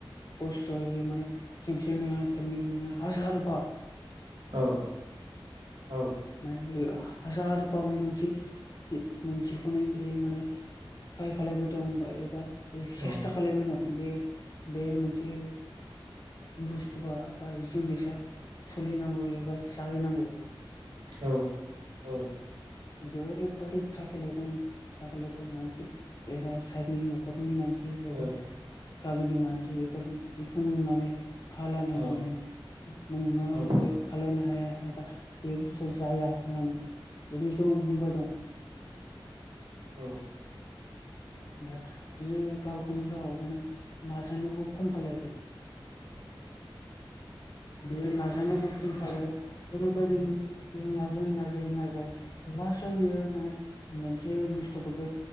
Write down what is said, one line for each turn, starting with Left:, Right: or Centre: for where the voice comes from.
Left: खस्थ'य माने खेसे नङा खनै नङा हाजार बार बार
Right: औ। औ
Left: माने हाजाराम मोनसे मोनसेखौनो बियो माने। <unintelligible> <unintelligible> ट्राय खालायबो दं एबा सेस्था
Right: औ
Left: खालायबो दं बे बे मोनसे। बुस्थुवा बा जिनिसा सोलिनांगौ एबा जाहैनांगौ।
Right: औ औ।
Left: जरैबायदि थाख ल दं थाखल द मानसि एबा सोरनि न'खरनि मानसि। एबा
Right: औ
Left: गामिनि मारसि बेफोर बेखौ नुनानै। थालानो
Right: औ
Left: मा नोङो नोंना
Right: औ
Left: बे खालायनो हाया एबा। बे बुस्थुआ जाया होननानै बेनिसायाव बुंबाय दं।
Right: औ।
Left: ओमफ्राय बियो गावखौनो गाव माने नाजानायावबो खम खालायबाय। बियो नाजा नायावबो खम खालायबाय। ओरैबायदि नाजायै नाजायै नाजायै लासैआवयो माने। मोन जे बुस्थ'खौ बे